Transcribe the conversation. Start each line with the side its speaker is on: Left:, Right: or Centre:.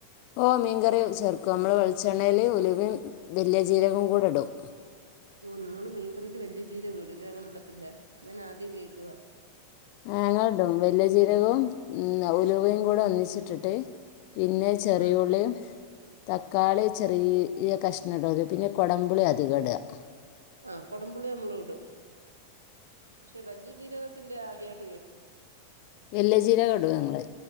Left: ഓ മീൻകറി ചേർക്കും നമ്മള് വെളിച്ചെണ്ണൽ ഉലുവയും വലിയ ജീരവും കൂടെ ഇടും
Right: ഓ നിങ്ങള്ൾ മീൻകറിയില് വലിയ ജീരകം ഇടു ഇല്ലേ ഞങ്ങൾ ഇടത്തില്ല ഞാൻ ആദ്യം കേൾക്കുവ
Left: ആ ഞങ്ങള് ഇടുംവലിയ ജീരകവും ഉലുവയും കൂടെ ഒന്നിച്ചിട്ടിട്ട് പിന്നെ ചെറിയുള്ളിയും
Right: ആ
Left: തക്കാളി ചെറിയ കെഷ്ണണം ഇടുംപിന്നെ കുടമ്പുളി അധികം ഇടുക
Right: ആ കൊടമ്പപുള്ളി നമ്മളും ഇടും പക്ഷെ വല്യജീരകത്തിന്റെ ആദ്യമായിട്ട്
Left: വല്ലചീരകം ഇടും ങ്ങങ്ങള്